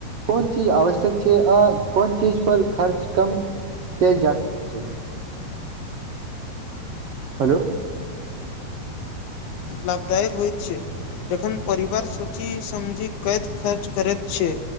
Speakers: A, on the right; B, on the left.
A: कोन चीज आवश्यक छैय आ कोन चीज पर खर्च कम कैल जा सक छै, हेलो
B: लाभदायक होइत छैय जखन परिवार सोचि समझी कैत खर्च करैत छैय